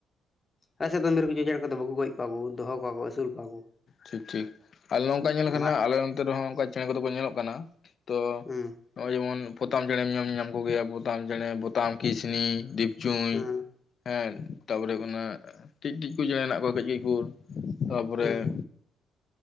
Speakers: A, on the left; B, on the left.
A: ᱟᱞᱮᱥᱮᱫ ᱫᱚ ᱢᱤᱨᱩ ᱪᱮ ᱪᱮᱬᱮ ᱠᱚᱫᱚ ᱵᱟᱠᱚ ᱜᱚᱡ ᱠᱚᱣᱟ ᱠᱚ ᱫᱚᱦᱚ ᱠᱚᱣᱟ ᱟᱹᱥᱩᱞ ᱠᱚᱣᱟ ᱠᱚ
B: ᱴᱷᱷ ᱴᱷᱤᱠ ᱴᱷᱤᱠ᱾ᱱᱚᱝᱠᱟ ᱧᱮᱞ ᱠᱷᱟᱱ
A: ᱢᱟᱜ
B: ᱟᱞᱮ ᱱᱚᱱᱛᱮ ᱨᱮᱦᱚᱸ ᱚᱱᱠᱟ ᱪᱮᱬᱮ ᱠᱚᱫᱚ ᱠᱚ ᱧᱮᱞᱚᱜ ᱠᱟᱱᱟ᱾ ᱛᱚ
A: ᱦᱩᱸ
B: ᱱᱚᱜ-ᱚᱭ ᱡᱮᱢᱚᱱ ᱯᱚᱛᱟᱢ ᱪᱮᱬᱮᱢ ᱧᱚᱢ ᱧᱟᱢ ᱠᱚᱜᱮᱭᱟ ᱯᱚᱛᱟᱢ ᱪᱮᱬᱮ ᱯᱚᱛᱟᱢ ᱠᱤᱥᱱᱤ ᱫᱤᱯ ᱪᱩᱭ
A: ᱦᱩᱸ
B: ᱦᱮᱸ ᱛᱟᱯᱚᱨᱮ ᱦᱩᱭᱩᱜ ᱠᱟᱱᱟ ᱴᱤᱡᱴᱤᱡ ᱠᱚ ᱪᱮᱬᱮ ᱦᱮᱱᱟᱜ ᱠᱚᱣᱟ ᱠᱟᱹᱡ ᱠᱟᱹᱡ ᱠᱚ ᱛᱟᱯᱚᱨᱮ
A: ᱦᱩᱸ